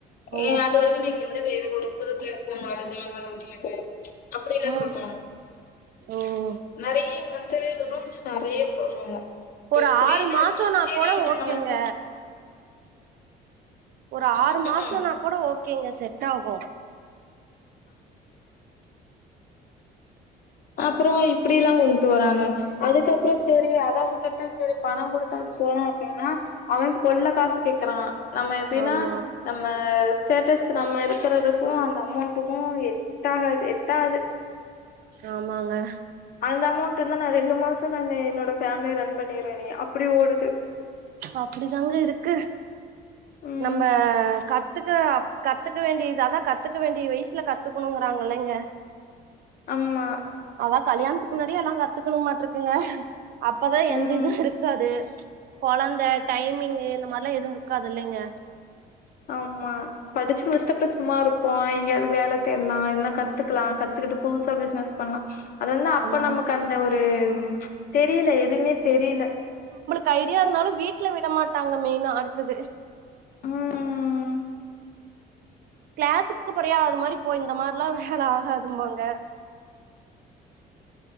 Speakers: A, on the right (about 65°); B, on the left (about 60°).
A: ஓ
B: ஏ அது வரைக்கும் நீங்க வந்து வேற ஒரு புது கிளாஸ் உங்களால ஜாயின் பண்ண முடியாது அப்டி எல்லாம்
A: ம்
B: சொல்றாங்க
A: ம்
B: நறைய வந்து இந்த ரூல்ஸ் நறைய போடுறாங்க
A: ஒரு
B: எப்டினா
A: ஆறு மாசோனா
B: சேரி
A: கூட
B: நம்ம
A: ஓகேங்க
B: வந்து
A: ஒரு
B: ம்,
A: ஆறு மாசம்னா
B: ம்.
A: கூட ஓகேங்க செட் ஆகும்
B: அப்பறோ இப்டி எல்லாம் கொண்ட்டு வராங்க அதுக்கப்புறம் சேரி அத உட்டுட்டு சேரி பணம் கொடுத்தா போனோம் அப்டின்னா அவன் கொள்ள காசு கேக்குறான் நம்ம எப்டின்னா
A: ஆமா
B: நம்ம ஸ்டேட்டஸ் நம்ம இருக்குறதுக்கு அந்த அமௌண்ட்டுக்கு எட்ட ஆகா எட்டாது
A: ஆமாங்க
B: அந்த அமௌண்ட் இருந்தா நா ரெண்டு மாசோ நானு என்னோட ஃபேமிலிய ரன் பண்ணிருவேனே அப்டி ஓடுது
A: அப்டிதாங்க இருக்கு
B: ம்
A: நம்ப கத்துக்க கத்துக்க வேண்டியது அதா கத்துக்க வேண்டிய வய்சுல கத்துக்குணுங்றாங்கல்லங்க
B: ஆமா
A: அதா கல்யாண்த்துக்கு முன்னாடியே எல்லா கத்துக்குணுமாட்ருக்குங்க அப்பதா எந்த
B: ம்
A: இது இருக்காது கொழந்த டைமிங்கு இந்த மாரிலா எதுவு இருக்காதில்லைங்க
B: ஆமா படிச்சு முச்சுட்டு அப்டியே சும்மா இருக்கோ எங்கியாது வேல தேட்லா இல்னா கத்துக்குலா கத்துக்கிட்டு புதுசா பிஸ்னஸ் பண்லா அது வந்து அப்ப
A: ஆமாங்க
B: நமக்கு அந்த ஒரு தெரில எதுமே தெரில
A: தைரியோ இருந்தாலு வீட்ல விட மாட்டாங்க மெயினா அடுத்தது
B: ம்
A: கிளாஸுக்கு போறியா அது மாரி போ இந்த மாரில்லா வேல ஆகாதும்பாங்க